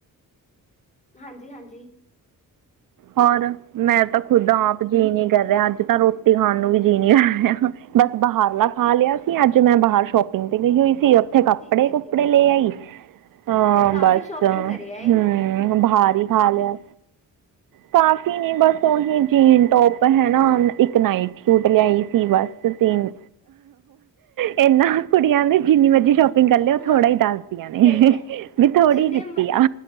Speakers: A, on the left; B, on the right.
A: ਹਾਂਜੀ- ਹਾਂਜੀ।
B: ਹੋਰ ਮੈਂ ਤਾਂ ਖੁੱਦ ਆਪ ਜੀ ਨੀ ਕਰ ਰਿਹਾ ਅੱਜ ਤਾਂ ਰੋਟੀ ਖਾਣ ਨੂੰ ਵੀ ਜੀ ਨੀ ਕਰ ਰਿਹਾ। ਬਸ ਬਾਹਰ ਲਾ ਖਾ ਲਿਆ। ਅੱਜ ਮੈਂ ਬਾਹਰ ਸ਼ੋਪਿੰਗ ਤੇ ਗਈ ਹੋਈ ਸੀ। ਉੱਥੇ ਕੱਪੜੇ-ਕੁਪੜੇ
A: ਠੀਕ ਹੈ ਠੀਕ
B: ਲੈ
A: ਹੈ
B: ਆਈ, ਹਾਂ
A: ਫਿਰ ਕਾਫੀ
B: ਬਸ
A: ਸ਼ਾਪਿੰਗ ਕਰਿਆ ਏ
B: ਹਮ ਬਾਹਰ। ਖਾ ਲਿਆ। ਕਾਫੀ ਨਹੀਂ ਬਸ ਉਹੀ ਜੀਨ ਟੋਪ ਹੈ ਨਾ। ਇਕ ਨਾਈਟ ਸੂਟ ਲਿਆ। ਸਹੀ ਵਾਸਤੇ ਸੇਮ। ਇਹਨਾ ਕੁੜੀਆਂ ਦੇ ਜਿੰਨੀ ਮਰਜ਼ੀ ਸ਼ਾਪਿੰਗ ਉਹ
A: ਹਾਂ
B: ਥੋੜ੍ਹਾ ਦੱਸਦੀਆਂ ਨੇ
A: ਸਹੀ ਹੈ
B: ਬੀ ਥੋੜੀ
A: ਜਿੰਨੇ
B: ਦਿੱਤੀ
A: ਮਰ-
B: ਆ।